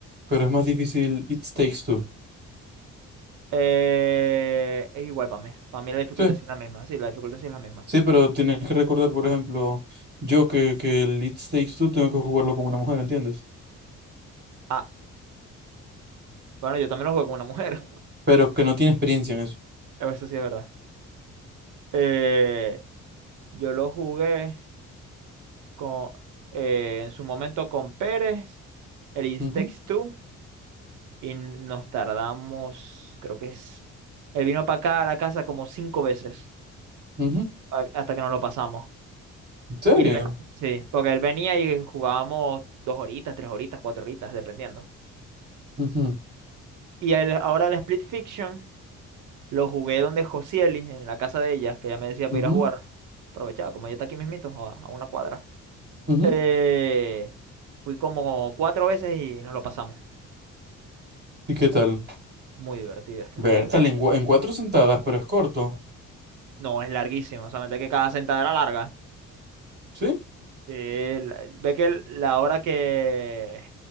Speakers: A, on the right (about 35°); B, on the right (about 80°).
A: Pero es más difícil It Takes Two.
B: Eh, es igual para mí. Para mí la dificultad
A: Sí,
B: sí es la misma. Sí, la dificultad sí es la misma.
A: sí, pero tienes que recordar, por ejemplo, yo que, que el It Takes Two tengo que jugarlo como una mujer, ¿entiendes?
B: Ah, bueno, yo también lo jugué con una mujer. <laughs>
A: Pero que no tiene experiencia en eso.
B: Eso sí es verdad. Eh, yo lo jugué con, eh, en su momento con Pérez, el It
A: Ujú,
B: Takes Two, y nos tardamos, creo que es... Él vino para acá a la casa como cinco veces
A: ujú.
B: a- hasta que nos lo pasamos.
A: ¿En serio?
B: Y él, sí, porque él venía y jugábamos dos horitas, tres horitas, cuatro horitas, dependiendo.
A: Ujú,
B: Y el, ahora el Split Fiction lo jugué donde Josieli, en la casa de ella, que ella me decía para
A: ujú,
B: ir a jugar. Aprovechaba, como ella está aquí mismito, a, a una cuadra.
A: ujú.
B: Eh, fui como cuatro veces y nos lo pasamos.
A: ¿Y qué tal?
B: Muy divertido, es que
A: Bertal,
B: es muy divertido.
A: en, cua- en cuatro sentadas, pero es corto.
B: No, es larguísimo, o sea, mete que cada sentada era larga.
A: ¿Sí?
B: Sí, la- ve que el- la hora que